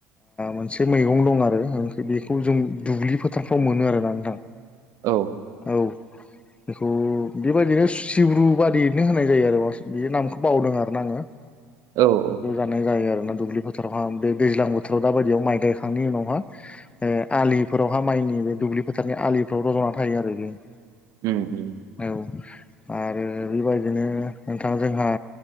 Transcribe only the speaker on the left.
मोनसे मैगं दं आरो बेखौ जों दुब्लि फोथारफ्राव मोनो आरोना नोंथां।
औ बेखौ बेबायदिनो सिब्रु बादियैनो होनाय जायो आरो बे नामखौ बावदों आरो ना आङो।
जानाय जायो आरोना दुब्लि फोथारावहा बे दैज्लां बोथोराव दा बायदियाव माइ गायखांनायनि उनावहा ओ आलिफोरावहा माइनि बे दुब्लि फोथारनि आलिफोराव रज'ना थायो आरो बे।
औ आरो बेबायदिनो नोंथां जोंहा